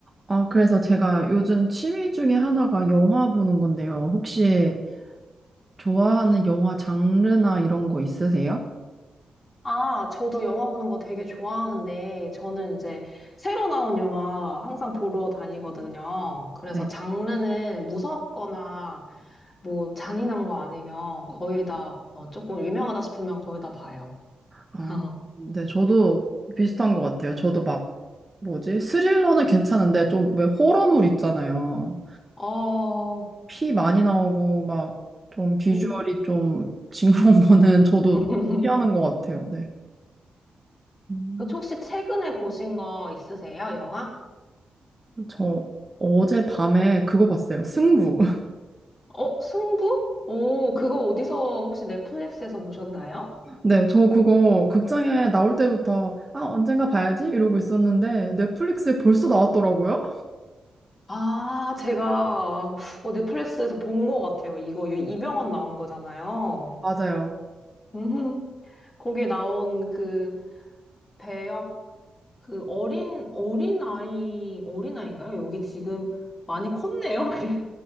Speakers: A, on the right (about 15°); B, on the left (about 30°).
A: 아, 그래서 제가 요즘 취미 중에 하나가 영화 보는 건데요. 혹시 좋아하는 영화 장르나 이런 거 있으세요?
B: 아, 저도 영화 보는 거 되게 좋아하는데, 저는 이제 새로 나온 영화 항상 보러 다니거든요. 그래서
A: 네.
B: 장르는 무섭거나 뭐 잔인한 거 아니면 거의 다, 어, 조금 유명하다 싶으면 거의 다 봐요.
A: 아,
B: <laughs>
A: 네, 저도 비슷한 것 같아요. 저도 막, 뭐지? 스릴러는 괜찮은데, 좀 왜 호러물 있잖아요.
B: 어,
A: 피 많이 나오고, 막, 좀 비주얼이
B: 음.
A: 좀 <laughs> 징그러운 거는 저도
B: <laughs>
A: 피하는 것 같아요. 네. 음,
B: 그 혹시 최근에 보신 거 있으세요? 영화?
A: 저 어제 밤에 그거 봤어요. 승부.
B: 어, 승부? 오, 그거 어디서 혹시 넷플릭스에서 보셨나요?
A: 네, 저 그거 극장에 나올 때부터 아, 언젠가 봐야지 이러고 있었는데 넷플릭스에 벌써 나왔더라고요.
B: 아, 제가 어, 넷플릭스에서 본 것 같아요. 이거 이병헌 나온 거잖아요.
A: 맞아요.
B: 음, 거기에 나온 그 배역 그 어린 어린 아이 어린 아이인가요? 여기 지금 많이 컸네요. <laughs> 그리고